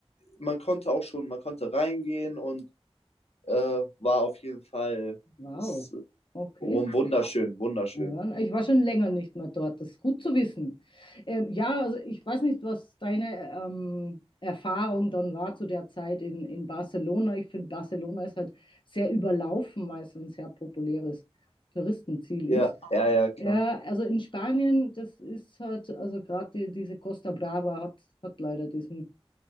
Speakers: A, on the left (about 75°); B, on the left (about 50°).
A: man konnte auch schon, man konnte reingehen und äh, war auf jeden Fall
B: wow,
A: das, äh,
B: okay.
A: wunderschön, wunderschön.
B: Ja, ich war schon länger nicht mehr dort, das ist gut zu wissen. Ähm, ja, also ich weiß nicht, was deine ähm, Erfahrung dann war zu der Zeit in, in Barcelona. Ich finde, Barcelona ist halt sehr überlaufen, weil es ein sehr populäres Touristenziel
A: Ja,
B: ist.
A: ja, ja, klar.
B: Ja, also in Spanien, das ist halt, also gerade die, diese Costa Brava hat, hat leider diesen,